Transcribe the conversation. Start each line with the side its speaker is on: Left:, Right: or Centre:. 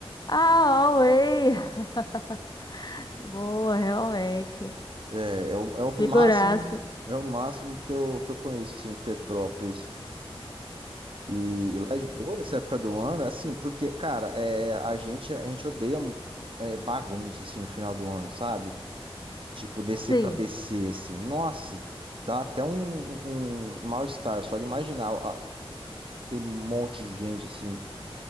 Left: Ah, Huawei! <laughs> Boa, realmente.
Right: É, é o, é o
Left: Figuraça.
Right: máximo, é o máximo que eu, que eu conheço, assim, de Petrópolis. E, e lá de boa, nessa época do ano, é assim, porque, cara, é, a gente, a gente odeia é, bagunça, assim, no final do ano, sabe? Tipo, descer
Left: Sim.
Right: pra BC, assim, nossa, dá até um, um mal-estar só de imaginar a- aquele monte de gente, assim.